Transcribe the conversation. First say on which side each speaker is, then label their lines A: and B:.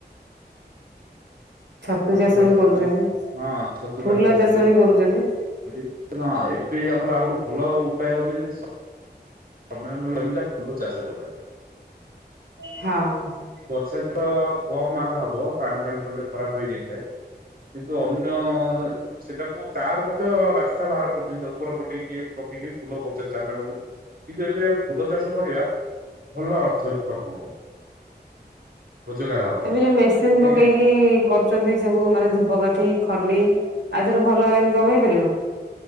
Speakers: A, on the right (about 80°); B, on the right (about 55°).
A: ଛତୁ
B: ମାଛ ଚାଷ
A: ବି କରୁଛନ୍ତି
B: କରୁଚନ୍ତି ହଁ ଛତୁଚାଷ
A: ଫୁଲ
B: କରୁଚନ।
A: ଚାଷ ବି କରୁଛନ୍ତି
B: <unintelligible> ଅଁ ଏଠି ଆମର ଆଉଟେ ଭଲ ଉପାୟ ହଉଛିି <unintelligible> ଅମେ ଆମ ଜମିଲା ଫୁଲ ଚାଷ କରିବା।
A: ହଁ।
B: ବର୍ଷାଦିନ କମ ଆାଗ ହବ ପାଣି ଫାଣି ପଡ଼ିଲେ ଖରାପ ହେଇଯାଇଥାଏ। କିନ୍ତୁ ଅନ୍ୟ ସେଟାକୁ ତାର ମଧ୍ୟ ରାସ୍ତା ବାହାର କରିଦିଅତା ଉପର ପଟେଇକି ଟିକ ଫୁଲ ଗଛରେ ଚାଷ କରୁଛନ୍ତି କିନ୍ତୁ ଏମତି ଫୁଲ ଚାଷ କରିବା। ଭଲ ଅର୍ଥ ଇନ୍ କମ୍ ହବ। ରୋଜଗାର ହବ।
A: ଏବେ ଯୋଉ ମେସିନ୍
B: କାଇଁ
A: ପକେଇକି କରୁଛନ୍ତି ସବୁ ମାନେ ଧୂପକାଠି ଖଲି। ଆଜିର ଭଲ ଇନକମ ହେଇପାରିବ।